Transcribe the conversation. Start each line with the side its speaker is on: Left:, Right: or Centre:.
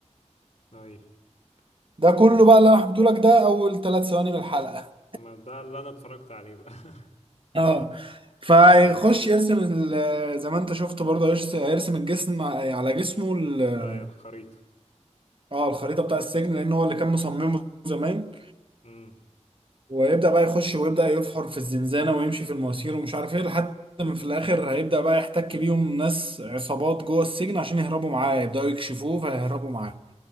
Left: اي
Right: ده كله
Left: شفت
Right: بقى اللي انا حكيته لك ده اول ثلاث ثواني من الحلقة
Left: ما ده اللي انا اتفرجت عليه بقى <laughs>
Right: <laughs> اه فيخش
Left: اي
Right: يرسم ال- زي ما انت شفت برضه هيرس- هيرسم الجسم على جسمه ال-
Left: اي الخريطه
Right: اه الخريطة بتاع السجن لان هو اللي كان مصممه زمان
Left: امم
Right: ويبدأ بقى يخش ويبدأ يفحر في الزنزانة ويمشي في المواسير ومش عارف ايه لحد ما في الآخر هيبدأ بقى يحتك بيهم ناس عصابات جوه السجن عشان يهربوا معاه يبدأوا يكشفوه فيهربوا معاه